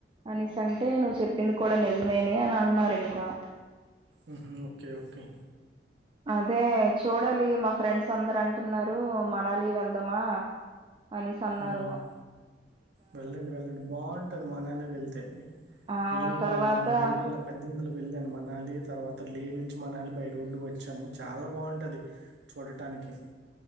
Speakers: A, on the right; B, on the right.
A: అనేసంటే నువ్వు చెప్పింది కూడా నిజమేనే అని అన్నారు ఇంకా
B: ఉహు ఓకే ఓకే
A: అదే చూడాలి మా ఫ్రెండ్స్ అందరు అంటున్నారు మనాలి వెళ్దామా అనేసన్నారు
B: ఉమ్, వెళ్ళండి వెళ్ళండి బాగుంటది మానాలీ వెళ్తే
A: ఆ
B: నేను
A: తర్వాత
B: రెండు వేల పెద్దెనిందులు వెళ్ళాను మనళి తర్వాత లే నుంచి మనాలి బై రోడ్డు వచ్చాము చాలా బాగుంటది చూడటానికి